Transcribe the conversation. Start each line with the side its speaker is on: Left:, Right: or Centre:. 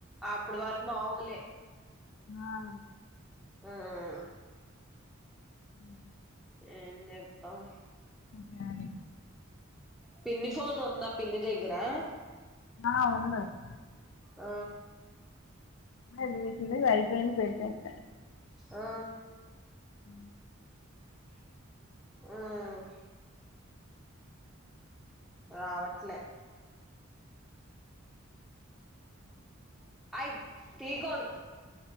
Centre: అప్పుడు వరకు మాముూలే
Left: అవును
Centre: ఆ
Left: హ్మ్
Centre: ఎన్ జేత్తం
Left: దాని
Centre: పిన్నీ ఫోన్ ఉందా పిన్ని దగ్ గ్గరా
Left: ఆ ఉండాది
Centre: ఆ
Left: ఆ చూడు వైట్దాంట్లో పెట్టేతా
Centre: ఆ
Left: హ్
Centre: ఉహ్ రావట్లే అయి టికోడు